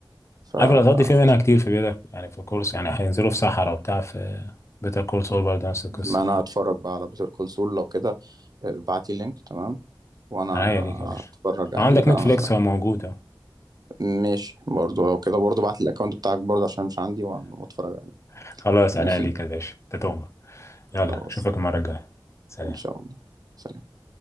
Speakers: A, on the right; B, on the left.
A: فجميل
B: عارف اللقطات دي في منها كتير في بيتر يعني في كورس يعني هينزلوا في صحراء وبتاع في بيتر كول سول برضه نفس القصه
A: ما أنا هتفرج بقى على بيتر كول سول لو كده ابعتلي اللينك تمام وأنا
B: فعناية ليك يا باشا
A: هتفرج عليه
B: لو عندك
A: بقى
B: نتفليكس هو موجود اهو
A: ماشي برضو لو كده برضو بعت الأكونت بتاعك برضو عشان مش عندي وأنا- وأتفرج عليه
B: <laughs> خلاص عناية
A: ماشي
B: ليك يا باشا انت تؤمر يلا
A: خلاص
B: اشوفك المره الجايه سلام
A: إن شاء الله سلام